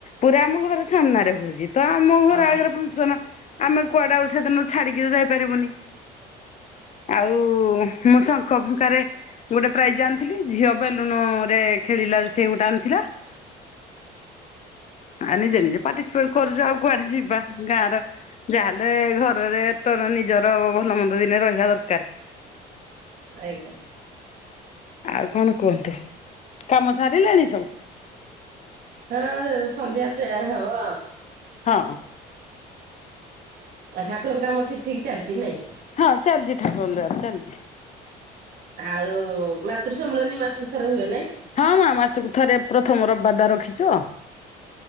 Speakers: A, on the left; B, on the right.
A: ପୁରା ଆମ ଘର ସାମ୍ନାରେ ହଉଛି ତ ଆମ ଘର
B: ଅ
A: ଆଗରେ ଫଙ୍କସନ ଆମେ କୁଆଡ ସେଦିନ ଛାଡିକି ତ ଯାଇପାରିବୁନି। ଆଉ ମୁଁ ଶଙ୍ଖ ଫୁଙ୍କାରେ ଗୋଟେ ପ୍ରାଇଜ ଆଣିଥିଲି ଝିଅ ବେଲୁନରେ ଖେଳିଲା ସେ ଗୋଟେ ଆଣିଥିଲା। ଆ ନିଜେ ନିଜେ ପାର୍ଟିସିପେଟ କରୁଛୁ ଆଉ କୁଆଡେ ଯିବା ଗାଁର ଯାହାହେଲେ ଘରରେ ତୋର ନିଜର ଭଲ ମନ୍ଦ ଦିନେ ରହିବା ଦରକାର।
B: ଆଜ୍ଞା।
A: ଆଉ କଣ କୁହନ୍ତୁ? କାମ ସାରିଲାଣି ସବୁ
B: ହଁ ସନ୍ଧ୍ୟା ପ୍ରେୟାର ହବ।
A: ହଁ।
B: ଆଉ ଠାକୁରଙ୍କ କାମ ଠିକ ଠିକ ଚାଲିଛି ନାଇଁ।
A: ହଁ ଚାଲିଛି ଠାକୁର ଦ୍ବାର ଚାଲିଛି।
B: ଆଉ ମାତୃ ସମ୍ମିଳନୀ ମାସକୁ ଥର ହୁଏ ନାଇଁ।
A: ହଁ ମା ମାସକୁ ଥରେ ପ୍ରଥମ ରବିବାର ଟା ରଖିଛୁ ଅଉ।